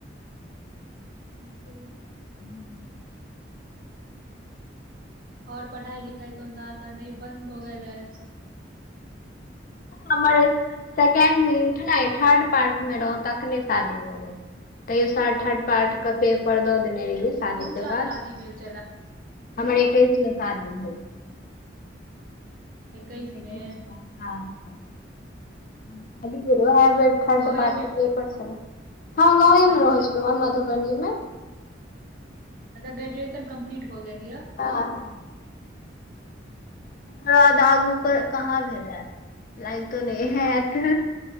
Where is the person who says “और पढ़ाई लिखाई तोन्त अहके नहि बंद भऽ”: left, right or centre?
Right